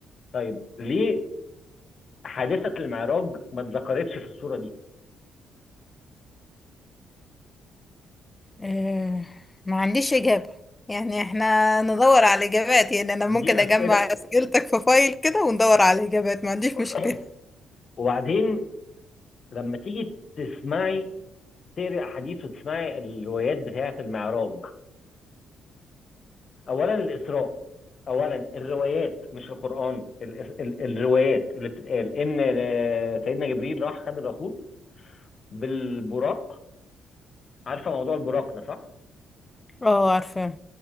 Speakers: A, on the left; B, on the left.
A: طيب ليه حادثة المعراج ما اتذكرتش في السورة دي؟
B: آه ما عنديش اجابة يعني احنا ندور على اجابات يعني انا
A: دي
B: ممكن اجمع
A: أسئلة
B: اسئلتك في فايل كده وندور على اجابات ما عنديش
A: <clears throat>
B: مشكلة
A: وبعدين لما تيجي تسمعي تقري أحاديث وتسمعي الروايات بتاعة المعراج اولا الاسراء اولا الروايات مش القران ال ال الروايات اللي بتتقال ان آه، سيدنا جبريل راح خد الرسول بالبراق عارفه موضوع البراق ده صح
B: اه عارفة